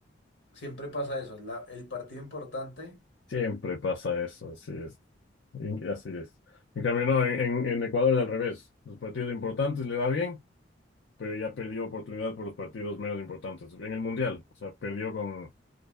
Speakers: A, on the left; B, on the left.
A: siempre pasa eso. la- el partido importante,
B: Siempre pasa eso, así es. Y- Así es. En cambio, no, en, en- en Ecuador es al revés. Los partidos importantes le va bien, pero ya perdió oportunidad por los partidos menos importantes. En el Mundial, o sea, perdió con